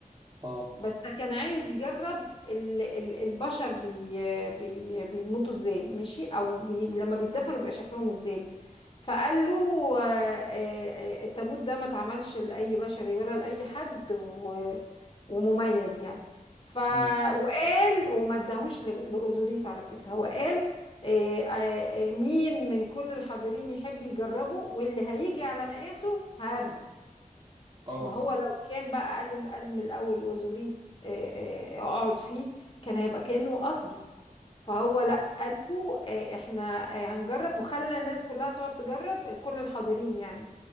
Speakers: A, on the right; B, on the left.
A: اه
B: بس كان عايز يجرب ال- ال- البشر بي بي بيموتوا ازاي ماشي او بي لما بيتدفنوا بيبقى شكلهم ازاي فقال له آه، آه، آه، التابوت ده ما اتعملش لأي بشري ولا لأي حد و- ومميز يعني ف
A: امم
B: وقال وما اداهوش ل- لأوزوريس على فكرة هو قال آه، آه، آه، مين من كل الحاضرين يحب يجربه واللي هيجي على مقاسه هاخده
A: اه
B: ما هو لو كان بقى قال له قال من الاول اوزوريس آه، آه، اقعد فيه كان هيبقى كانه قصده فهو لا
A: اه
B: قال له آه، احنا آه، هنجرب وخلى الناس كلها تقعد تجرب الكل الحاضرين يعني